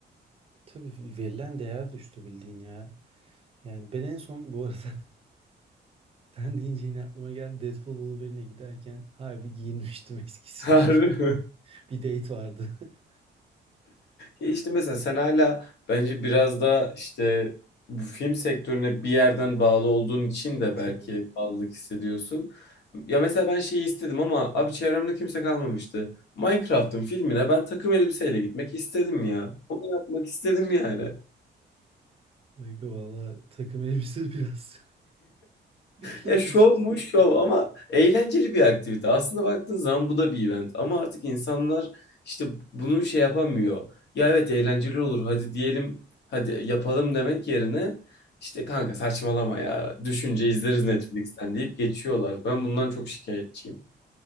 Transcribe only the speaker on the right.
Tabii verilen değer düştü bildiğin ya. Yani ben en son bu arada <laughs> Sen deyince yine aklıma geldi. Deadpool Wolverine'e giderken harbi giyinmiştim eskisi
gibi.
<laughs> Bir date vardı. <laughs>
Tabii.
Kanka valla takım elbise biraz <laughs>
ilginç
bir
takım.